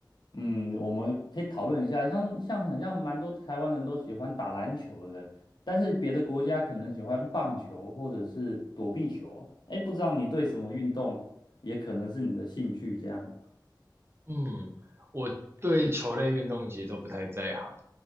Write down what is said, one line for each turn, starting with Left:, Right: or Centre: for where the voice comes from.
Left: 嗯，我们可以讨论一下，像像很像蛮多台湾人都喜欢打篮球的，但是别的国家可能喜欢棒球或者是躲避球。诶，不知道你对什么运动也可能是你的兴趣这样。
Right: 嗯，我对球类运动其实都不太在行，